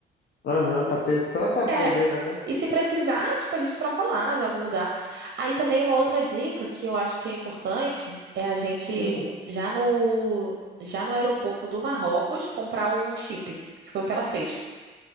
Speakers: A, on the left; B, on the right.
A: Aham, pra ter só pra bobeira,
B: É.
A: né?
B: E se precisar, tipo, a gente troca lá em algum lugar. Aí também uma outra dica que eu acho que é importante é a gente
A: Hum.
B: já no já no aeroporto do Marrocos comprar um chip, que foi o que ela fez,